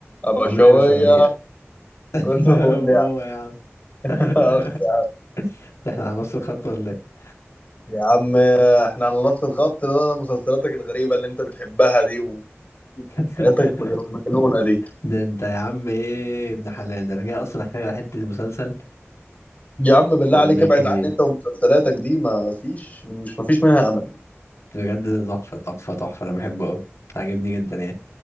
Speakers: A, on the left; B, on the left.
A: ابو
B: عامل
A: شويه
B: ايه يا بشوية؟ <laughs>
A: كله فل
B: وهو
A: يا عم
B: يا عم <laughs>
A: <laughs> أخ يا عم.
B: ده احنا على نفس الخط ولا ايه؟
A: يا عم احنا على نفس الخط ده مسلسلاتك الغريبه اللي انت بتحبها دي
B: <laughs>
A: وحاجاتك المجنونه دي
B: ده انت يا عم ايه ابن حلال ده انا جاي اصلا احكي لك على حتة المسلسل
A: يا عم بالله
B: واقول
A: عليك
B: لك
A: ابعد
B: ايه
A: عني انت ومسلسلاتك دي ما فيش مش ما فيش منها امل
B: بجد ده تحفة تحفة تحفة انا بحبه قوي عاجبني جدا يعني